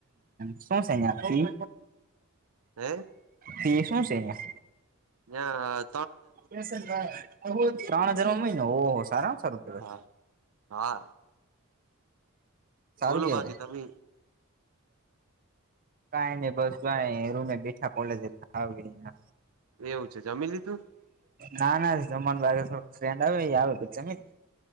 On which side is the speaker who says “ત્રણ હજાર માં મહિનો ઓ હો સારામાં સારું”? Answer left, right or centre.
Right